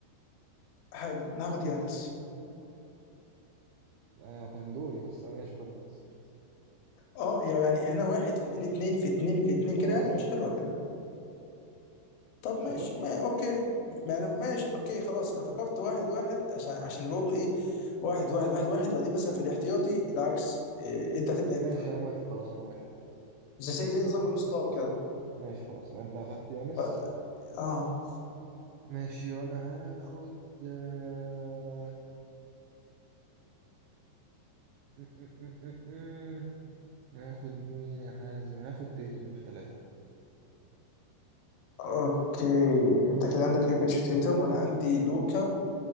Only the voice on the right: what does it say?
آه كان دوري بس انا ماشي خدني بس قشطة.
اه
بالظبط
مش
حلو
ماشي انا موافق خلاص انا موافق أنا موافق.
ماشي خلاص يبقى انت اخدت يونس
ماشي وانا هاخد آه، م- م- م- م- م. هاخد مين يا حازم هاخد تيتوم في ثلاثة